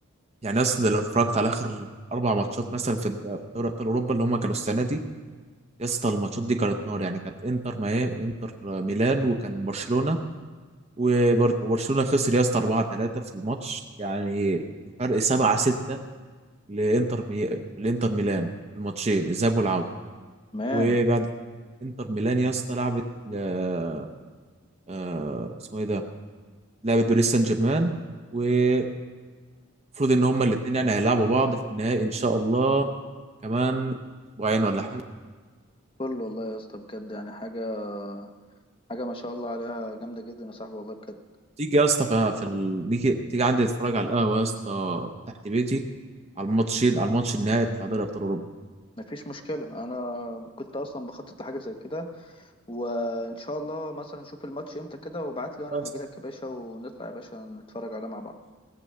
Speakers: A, on the right; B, on the left.
A: يعني أصلا لو اتفرجت على آخر أربع ماتشات مثلا في الد- في دوري أبطال أوروبا اللي هما كانوا السنة دي يا اسطى الماتشات دي كانت نار يعني كانت إنتر ميامي إنتر ميلان وكان برشلونة وبر- وبرشلونة خسر يا اسطى 4-3 في الماتش يعني فرق 7-6 لانتر مي... لانتر ميلان في الماتشين الذهاب والعوده
B: تمام
A: وبعد انتر ميلان يا اسطى لعبت آه... آه... اسمه ايه ده لعبت باريس سان جيرمان ومفروض ان هما الاثنين يعني هيلعبوا بعض في النهائي ان شاء الله كمان اسبوعين ولا حاجه
B: كل والله يا اسطى بجد يعني حاجة حاجة ما شاء الله عليها جامدة جدا يا صاحبي والله بجد
A: تيجي يا اسطى ف- في ال... نيجي تيجي عندي تتفرج على القهوه يا اسطى تحت بيتي على الماتشين على الماتش النهائي بتاع دوري ابطال اوروبا
B: مفيش مشكلة أنا كنت أصلا بخطط لحاجة زي كده وإن شاء الله مثلا نشوف الماتش إمتى كده وابعت لي وأنا
A: آه، ان
B: هجيلك يا باشا ونطلع يا باشا نتفرج عليه مع بعض